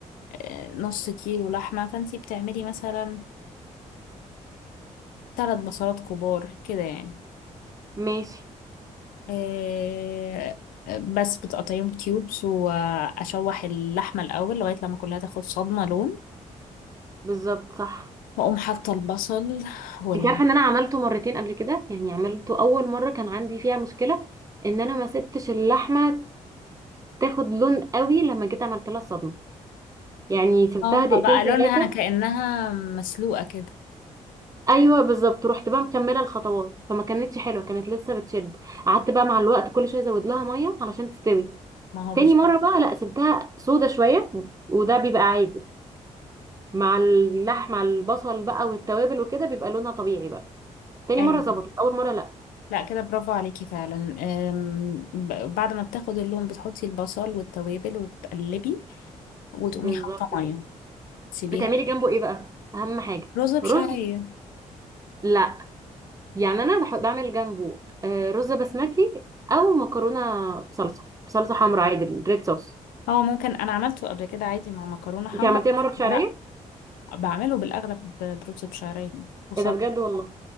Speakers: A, on the left; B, on the right.
A: آه، نص كيلو لحمة فانت بتعملي مثلا ثلاث بصلات كبار كده يعني
B: ماشي
A: آه، بس بتقطعيهم كيوبس واشوح اللحمة الاول لغاية لما كلها تاخد صدمة لون
B: بالظبط صح
A: واقوم حاطة البصل وال
B: انت عارفه ان انا عملته مرتين قبل كده يعني عملته اول مره كان عندي فيها مشكله ان انا ما سبتش اللحمه تاخد لون قوي لما جيت عملت لها صدمه يعني سبتها
A: اه
B: دقيقتين
A: بقى
B: ثلاثه
A: لونها كأنها مسلوقة كده
B: ايوه بالظبط رحت بقى مكمله الخطوات فما كانتش حلوه كانت لسه بتشد قعدت بقى مع الوقت كل شويه ازود لها ميه علشان تستوي
A: ما هو
B: تاني
A: بالظبط
B: مره بقى لا سبتها سودة شويه وده بيبقى عادي مع اللحمه البصل بقى والتوابل وكده بيبقى لونها طبيعي بقى تاني
A: ايوه
B: مره ظبطت اول مره لا
A: لا كده برافو عليكي فعلا أم، ب- بعد ما بتاخد اللون بتحطي البصل والتوابل وتقلبي وتقومي
B: بالظبط
A: حاطه
B: كده.
A: ميه تسيبيها
B: بتعملي جنبه ايه بقى اهم حاجه
A: رز بشعريه
B: رز لا يعني انا بحط بعمل جنبه آه، رز بسمتي او مكرونه بصلصه بصلصه حمراء عادي ريد صوص
A: اه ممكن انا عملته قبل كده عادي مع مكرونه حمرا
B: انت عملتيها مره
A: بس
B: بشعريه
A: لا بعمله بالاغلب ب- برز بشعريه وصد
B: ايه ده بجد والله